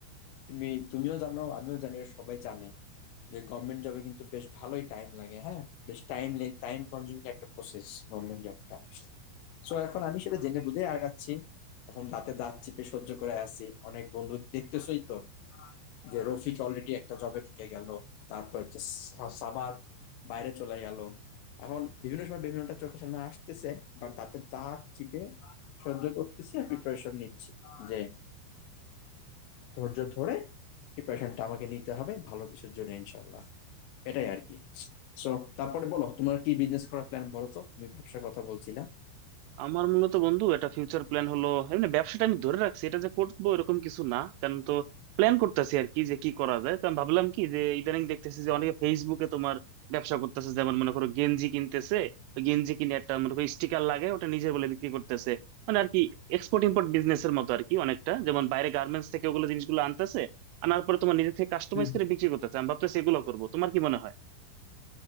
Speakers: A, on the left; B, on the right.
A: তুমি তুমিও জানো আমিও জানি আর সবাই জানে যে গভর্নমেন্ট জবে কিন্তু বেশ ভালোই টাইম লাগে হ্যাঁ বেশ টাইম টাইম কনজিউমিং একটা প্রসেস গভর্নমেন্ট জবটা সো এখন আমি সেটা জেনে বুঝে আগাচ্ছি এখন দাঁতে দাঁত চিপে সহ্য করে আছি অনেক বন্ধু দেখতেছই তো যে রফিক অলরেডি একটা জবে ঢুকে গেল তারপর হচ্ছে সা- সামাদ বাইরে চলে গেল এখন বিভিন্ন সময় বিভিন্নটা চোখের সামনে আসতেছে বাট দাঁতে দাঁত চিপে সহ্য করতেছি আর প্রিপারেশন নিচ্ছি যে ধৈর্য ধরে প্রিপারেশনটা আমাকে নিতে হবে ভালো কিছুর জন্য ইনশাল্লাহ এটাই আর কি সো তারপরে বলো তোমার কি বিজনেস করার প্ল্যান বলো তো তুমি ব্যবসার কথা বলছিলা
B: আমার মূলত বন্ধু এটা ফিউচার প্ল্যান হলো এমনি ব্যবসাটা আমি ধরে রাখছি এটা যে করবো এরকম কিছু না কারণ তো প্ল্যান করতেছি আর কি যে কি করা যায় তো আমি ভাবলাম কি যে ইদানিং দেখতেছি যে অনেকে ফেসবুকে তোমার ব্যবসা করতেছে যেমন মনে করো গেঞ্জি কিনতেছে ওই গেঞ্জি কিনে একটা মনে করো স্টিকার লাগে ওটা নিজের বলে বিক্রি করতেছে মানে আর কি এক্সপোর্ট ইম্পোর্ট বিজনেস এর মতো আর কি অনেকটা যেমন বাইরে গার্মেন্টস থেকে ওগুলো জিনিসগুলো আনতেছে আনার পরে তোমার নিজে থেকে কাস্টমাইজ
A: হম
B: করে বিক্রি করতেছে আমি ভাবতেছি এগুলো করবো তোমার কি মনে হয়